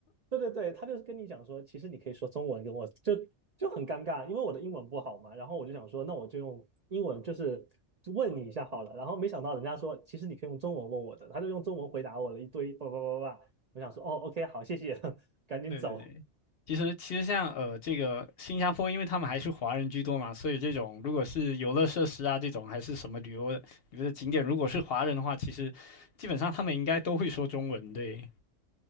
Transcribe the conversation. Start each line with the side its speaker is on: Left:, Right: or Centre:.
Right: 对对对，他就是跟你讲说，其实你可以说中文跟我，就就很尴尬，因为我的英文不好嘛。然后我就想说，那我就用英文就是问你一下好了。然后没想到人家说，其实你可以用中文问我的，他就用中文回答我了一堆叭叭叭叭叭。我想说，哦，OK，好，谢谢，<laughs> 赶紧走。
Left: 对对对，其实其实像呃这个新加坡，因为他们还是华人居多嘛，所以这种如果是游乐设施啊这种还是什么旅游旅游的景点，如果是华人的话，其实基本上他们应该都会说中文，对，